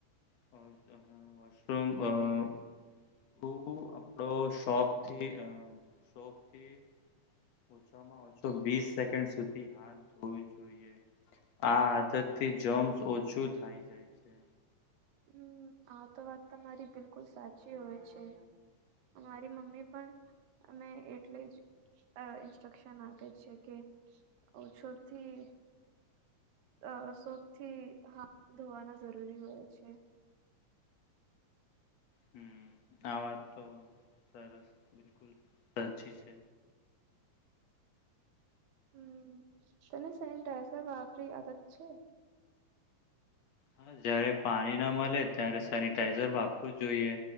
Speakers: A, on the left; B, on the right.
A: કારણ કે વોશરૂમ આ <unintelligible> આપડો શોપથી શોપથી ઓછામાં ઓછો વીસ સેકન્ડ સુધી હાથ ધોવી જોઈએ. આ આદત થી જમ્સ ઓછું થઈ જાય છે.
B: હમ આતો વાત તમારી બિલકુલ સાચી હોય છે મારી મમ્મી પણ અમે એટલે જ અ ઇન્સ્ટ્રક્શન આપે છે કે ઓછોથી આ સૌથી હાથ ધોવાના જરૂરી હોય છે.
A: હમ્મ આ વાત તો સરસ બિલકુલ સાચી છે.
B: હમ તને સેનટાઈઝર વાપરી આદત છે
A: હા જારે પાણી ના મળે ત્યારે સેનિટાઈઝર વાપરવું જ જોઈએ